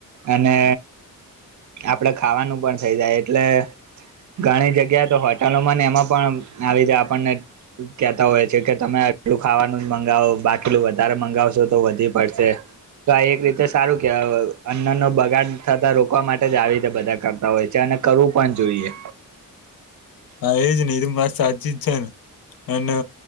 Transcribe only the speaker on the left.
હા એજ નઈ એ તો વાત સાચી જ છે ને અને